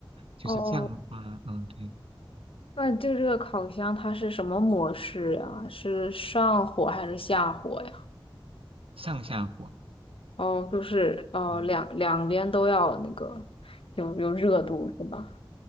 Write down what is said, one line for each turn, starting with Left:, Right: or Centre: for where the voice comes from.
Right: 就是这样的话，
Left: 哦，
Right: 嗯，对，
Left: 那就这个烤箱它是什么模式呀？是上火还是下火呀？
Right: 上下火，
Left: 哦，就是哦，
Right: 嗯。
Left: 两两边都要那个有有热度是吧？